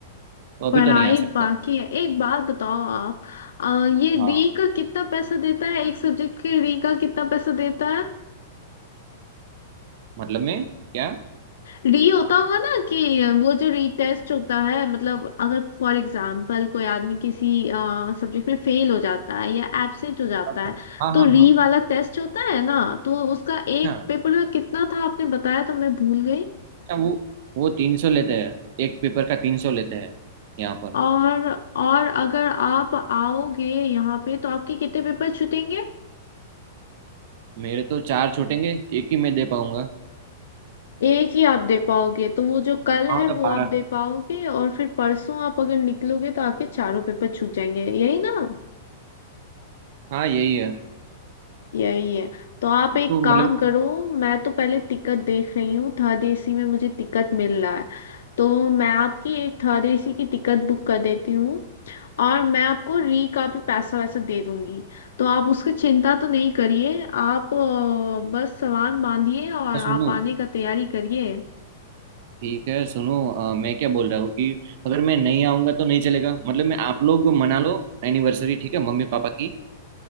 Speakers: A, on the right (about 40°); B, on the left (about 80°).
A: तो अभी
B: पढ़ाई
A: तो नहीं आ सकता
B: बाकी है एक बात बताओ आप अ, ये
A: हाँ
B: री का कितना पैसा देता है एक सब्जेक्ट के री का कितना पैसा देता है
A: मतलब मैं क्या
B: री होता होगा ना कि वो जो रीटेस्ट होता है मतलब अगर फॉर एग्जांपल कोई आदमी किसी सब्जेक्ट में फेल हो जाता है या एब्सेंट हो जाता
A: अच्छा
B: है
A: हाँ
B: तो
A: हाँ
B: री
A: हाँ
B: वाला टेस्ट होता है ना तो उसका एक
A: हाँ हाँ।
B: पेपर का कितना था आपने बताया तो मैं भूल गई
A: अच्छा वो वो तीन सौ लेते हैं एक पेपर का तीन सौ लेते हैं यहाँ पर
B: और और अगर आप आओगे यहाँ पे तो आपके कितने पेपर छूटेंगे
A: मेरे तो चार छूटेंगे एक ही मैं दे पाऊंगा
B: एक ही आप दे पाओगे तो वो जो कल
A: हाँ
B: है
A: मतलब
B: वो
A: बारह
B: आप दे पाओगे और फिर परसों आप अगर निकलोगे तो आपके चारों पेपर छूट जाएंगे यही ना
A: हाँ यही है
B: यही है तो आप एक
A: तो
B: काम
A: मतलब
B: करो मैं तो पहले टिकट देख रही हूँ थर्ड एसी में मुझे टिकट मिल रहा है तो मैं आपकी एक थर्ड एसी की टिकट बुक कर देती हूँ और मैं आपको री का भी पैसा वैसा दे दूंगी तो आप उसकी चिंता तो नहीं करिए आप अ, बस सामान बांधिए और आप
A: सुनो
B: आने का तैयारी करिए
A: ठीक है सुनो अ, मैं क्या बोल रहा हूँ कि अगर मैं नहीं आऊंगा तो नहीं चलेगा मतलब मैं आप लोग मना लो एनिवर्सरी ठीक है मम्मी पापा की